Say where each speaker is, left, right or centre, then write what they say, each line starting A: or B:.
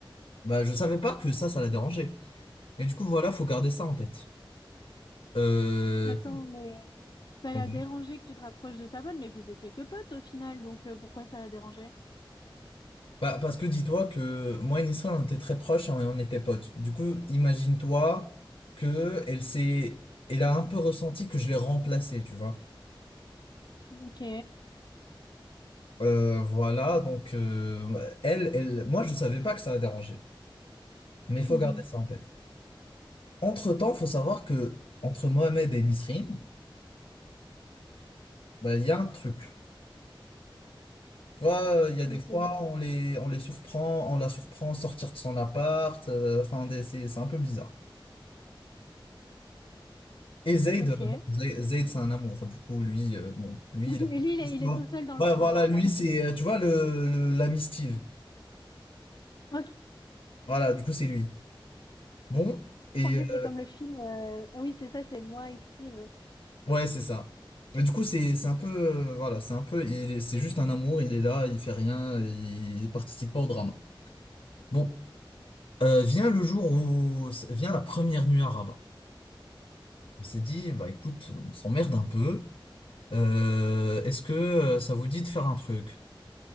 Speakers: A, on the left (about 80°); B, on the left (about 50°).
A: Bah, je savais pas que ça, ça la dérangeait. Et du coup, voilà, faut garder ça en tête. Euh...
B: Attends, mais ça l'a
A: bon.
B: dérangé que tu te rapproches de sa bonne, mais vous étiez que potes au final, donc euh, pourquoi ça l'a dérangé?
A: Bah, parce que dis-toi que moi et Nisrin, on était très proches et on était potes. Du coup, imagine-toi que elle s'est... Elle a un peu ressenti que je l'ai remplacée, tu vois.
B: Ok.
A: Euh, voilà, donc euh, elle, elle, moi, je savais pas que ça la dérangeait. Mais il faut
B: Mhm.
A: garder ça en tête. Entre-temps, faut savoir que entre Mohamed et Nisrin, bah, il y a un truc. Tu vois, euh, il y a des
B: Ok.
A: fois, on les, on les surprend, on la surprend sortir de son appart. euh, Enfin, des- c'est c'est un peu bizarre. Et Zayd,
B: Ok.
A: euh,
B: <laughs> Et
A: bon, Zay- Zayd, c'est un amour. Du coup, lui, euh, bon, lui,
B: lui,
A: il a toute
B: il
A: l'histoire.
B: est, il est tout seul dans le
A: Ouais,
B: coin
A: voilà,
B: alors.
A: lui, c'est, euh, tu vois, le, le- l'ami Steve.
B: Ok.
A: Voilà, du coup, c'est lui. Bon, et
B: Qu'on dit,
A: euh,
B: c'est comme le film. euh, Ah oui, c'est ça, c'est moi et Steve.
A: ouais, c'est ça. Mais du coup, c'est c'est un peu, euh, voilà, c'est un peu, il est- c'est juste un amour. Il est là, il fait rien, il participe pas au drame. Bon, euh, vient le jour où vient la première nuit arabe. On s'est dit, bah écoute, on s'emmerde un peu. Euh, est-ce que euh, ça vous dit de faire un truc?